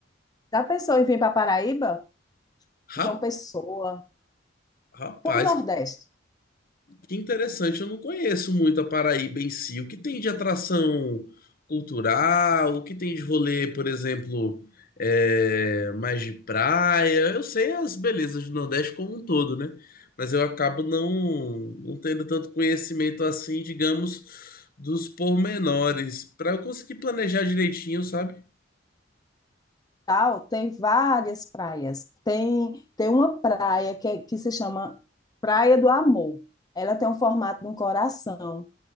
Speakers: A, on the left; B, on the left.
A: Já pensou em vir para Paraíba?
B: Ra-
A: João Pessoa,
B: Rapaz,
A: para o Nordeste,
B: Que interessante, eu não conheço muito a Paraíba em si. O que tem de atração cultural? O que tem de rolê, por exemplo, é, mais de praia? Eu sei as belezas do Nordeste como um todo, né? Mas eu acabo não, não tendo tanto conhecimento assim, digamos, dos pormenores, para eu conseguir planejar direitinho, sabe?
A: tal, tem várias praias. Tem, tem uma praia que, é- que se chama Praia do Amor. Ela tem um formato de um coração.